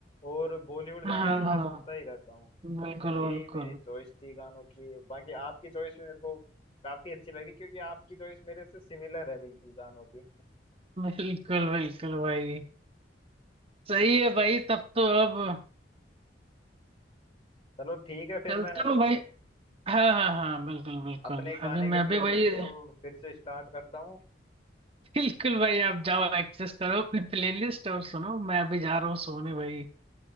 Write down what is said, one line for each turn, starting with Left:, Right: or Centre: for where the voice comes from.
Left: और बॉलीवुड
Right: हाँ
Left: गाने भी मैं सुनता ही रहता हूँ
Right: बिल्कुल
Left: यही
Right: बिल्कुल
Left: मेरी चॉइस थी गानों की बाकी आपकी चॉइस भी मेरे को काफी अच्छी लग रही क्योंकि आपकी चॉइस मेरे से सिमिलर है बिल्कुल गानों की
Right: बिल्कुल बिल्कुल भाई सही है भाई तब तो अब
Left: चलो ठीक है फिर
Right: चलता
Left: मैं
Right: हूँ भाई हाँ हाँ हाँ बिल्कुल बिल्कुल
Left: अपने गाने
Right: अभी
Left: के
Right: मैं
Left: प्लेलिस्ट
Right: भी भाई
Left: को फिर से स्टार्ट करता हूँ
Right: बिल्कुल भाई आप जाओ एक्सेस करो अपनी प्लेलिस्ट और सुनो मैं अभी जा रहा हूँ सोने भाई